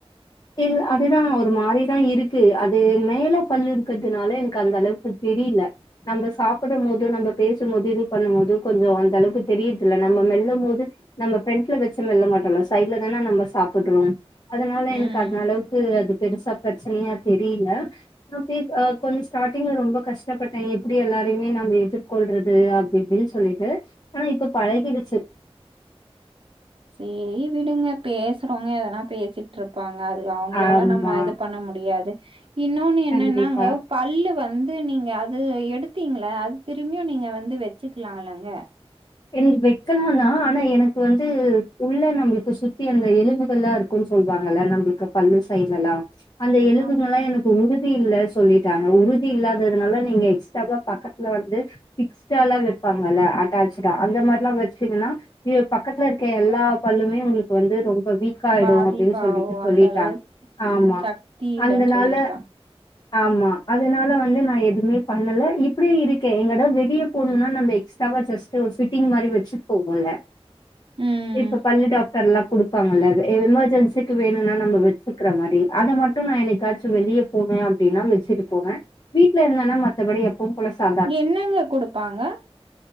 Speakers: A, on the left; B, on the right.
A: இல் அதுதா ஒரு மாரிதா இருக்கு அது மேல பல்லு இருக்குத்துனால எனக்கு அந்த அளவுக்கு தெரீல நம்ப சாப்புடும் போது நம்ம பேசும் போது இது பண்ணும் போது கொஞ்சோ அந்த அளவுக்கு தெரியிர்துல்ல நம்ம மெல்லமோது நம்ம ஃப்ரண்ட்ல வச்சு மெல்ல மாட்டோல சைட்ல தான நம்ப சாப்புட்றோம் அதனால எனக்கு
B: ம்.
A: அந்த அளவுக்கு அது பெருசா ப்ரச்சனையா தெரீல அப்றோ பீர்க்கா கொஞ்சொ ஸ்டாட்டிங்ல ரொம்ப கஷ்டப்பட்டே எப்டி எல்லாரையுமே நாம எதிர்கொள்றது அப்பிப் பில் சொல்லிட்டு ஆனா இப்ப பழகிடுச்சு
B: சேய் விடுங்க பேசுறோங்க எதனா பேசிப் ட்ருப்பாங்க அது அவங்களல்லா
A: ஆமா
B: நம்ம இது பண்ண முடியாது இன்னொன்னு என்னன்னாங்கவ்
A: கண்டிப்பா.
B: பல்லு வந்து நீங்க அது எடுத்தீங்ள அது திரும்பியு நீங்க வந்து வெச்சுக்லா இல்லங்க
A: ரெண்டு வெக்கனுனா ஆனா எனக்கு வந்து உள்ள நம்மளுக்கு சுத்தி அந்த எலும்புகள்லா இரு குன் சொல்லாங்கல்ல நம்பள்க்கு பல்லு சைட்லல்லா அந்த எலும்புங்கலா
B: ஆம்
A: எனக் உறுதி இல்ல சொல்லிட்டாங்க உறுதி இல்லாததுனால நீங்க எக்ஸ்ட்ராவா பக்கத்துல வந்து ஃபிக்ஸ்டாலா வெப்பாங்கல்ல அட்டாச் ரா அந்த மாரிலா வச்சீங்கன்னா இய பக்கத்துல இருக்க எல்லா பல்லுமே உங்ளுக் வந்து ரொம்ப வீக் ஆய்டு
B: பாதிப்பாவு
A: அப்டின் சொல்லிட்டு சொல்லிட்டாங்
B: அந்த அளவு
A: ஆமா
B: ம் சக்தி இல்லன்னு
A: அந்தனால
B: சொல்லிருக்காங்க.
A: ஆமா அதனால வந்து நா எதுமே பண்ணல இப்டியே இருக்கே எங்கடா வெளிய போணுன்னா நம்பய் ஸ்டபாஸஸ்ட்டு ஃபிட்டிங் மாரி வச்சிட் போகுல
B: ம்.
A: இப்பு பல்லு டாக் தெர்லாக் குடுப்பாங்கல்ல அது எமர்ஜென்சிக்கு வேணுனா நாம வெச்சுக்ற மாரி அத மட்டு நா என்னிக்காச்சு வெளியப் போவே அப்டின்னா வெச்சுட்டு போவே வீட்ல இருந்தன்னா மத்தபடி எப் பொம்பள சா
B: என்னங்க குடுப்பாங்க